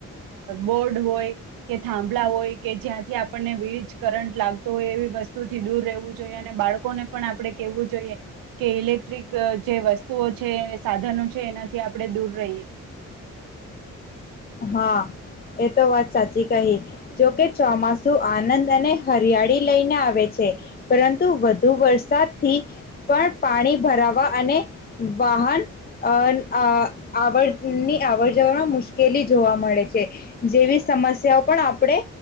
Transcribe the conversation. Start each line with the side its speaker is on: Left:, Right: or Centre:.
Right: બોર્ડ હોય, કે થાંભલા હોય કે જ્યાંથી આપણને વીજ કરંટ લાગતો હોય એવી વસ્તુથી દૂર રહેવું જોઈએ અને બાળકોને પણ આપણે કેવું જોઈએ. કે ઇલેક્ટ્રિક જે વસ્તુઓ છે સાધનો છે એનાથી આપણે દૂર રહીએ.
Left: હા એ તો વાત સાચી કહી, જોકે ચોમાસું આનંદ અને હરિયાળી લઈને આવે છે, પરંતુ વધુ વરસાદ થી પણ પાણી ભરાવા અને, વાહન અ આ આવની આવડ જવ મુશ્કેલી જોવા મળે છે, જેવી સમસ્યાઓ પણ આપણે